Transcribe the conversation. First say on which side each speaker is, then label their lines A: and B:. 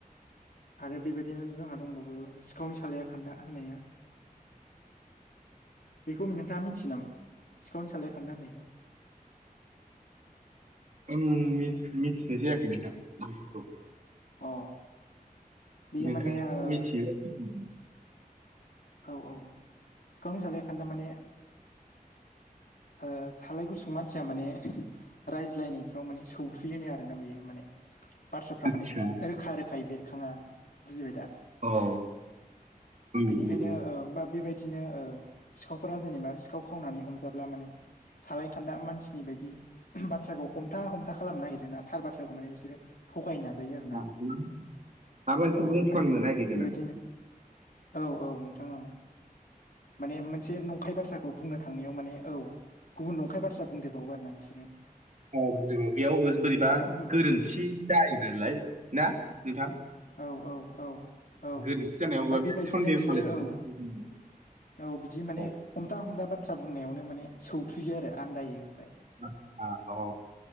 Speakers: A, on the left (about 75°); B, on the right (about 55°).
A: आरो बेबायदिनो जोंहा दंबाबो सिखावनि सालाया खान्दा होननाया बेखौ नोंथाङा मोनथियो नामा सिखावनि सालाया खान्दा होननायखौ
B: आं मि-मिथिनाय जायाखै नोंथांखौ
A: औ बेयो
B: नोंथाङा
A: माने ओ
B: <inaudible>
A: औ औ सिखावनि सालाया खान्दा माने ओ सालाय गुसुं मानसिया माने रायज्लायनायफ्राव माने सौथुयोनो आरोना बेयो माने बाथ्राफ्रा
B: आदसा
A: माने रोखा रोखायै बेरखाङा बुजिबाय दा
B: औ औ
A: बेनिखायनो
B: औ औ
A: ओ बा बेबायदिनो ओ सिखावफोरा जेनेबा सिखाव खावनानै हमजाब्ला माने सालाय खान्दा मानसिनि बायदि बाथ्राखौ हमथा हमथा खालामनो नागिरदों थार बाथ्राखौ माने बिसोरो थगायनो नाजायो आरोना
B: माबा मोनसे
A: औ
B: बुंफ्लांनो
A: ओमफाय
B: नागिरो
A: बेबायदिनो
B: नामा
A: औ औ नोंथां औ माने मोनसे नंखाय बाथ्राखौ बुंनो थांनायाव माने औ गुबुन नंखाय बाथ्रा बुंदेरबावो आरोना बिसोरो
B: औ <unintelligible> बेयाव ओ बोरैबा
A: आरो उम
B: गोरोन्थि जायो नालाय ना नोंथां
A: औ औ औ औ ओमफाय
B: गोरोन्थि जानायाव बा
A: बेबायदिनो
B: सन्देह
A: बिसोरो
B: खालायजानाय
A: औ औ बिदि माने
B: औ
A: हमथा हमथा बाथ्रा बुंनायावनो माने सौथुयो आरो आनदायो ओमफ्राय
B: आतसा औ